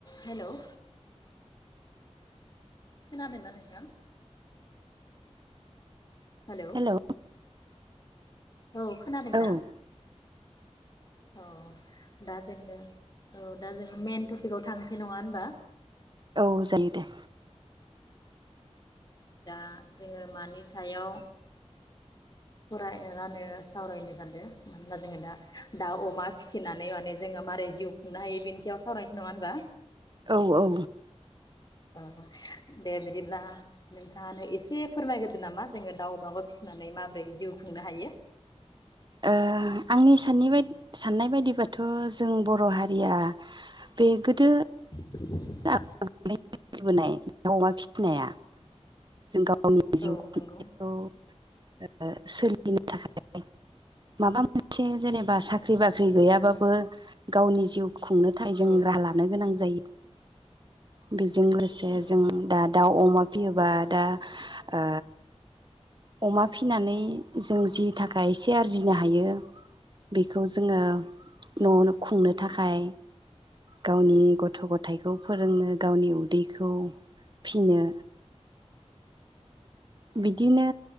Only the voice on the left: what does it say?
हेल'। खोनादोंना नोंथां? Hello.
औ खोनादोंना
औ दा जोंनो औ दा जोहा मेन टपिकाव थांसै नङा होनबा।
दा जोङो मानि सायाव फरायानो सावरायनो सानदों मानो होनबा जोङो दा दाउ अमा फिसिनानै माने जोङो मारै जिउ खुंनो हायो बेनि सायाव सावरायनोसै नङा होनबा?
औ दे बिदिब्ला नोंथाङानो एसे फोरमायग्रोदो नामा जोङो दाउ अमाखौ फिसिनानै माबोरै जिउ खुंनो हायो।
<unintelligible>
औ
नंगौ
औ
औ
औ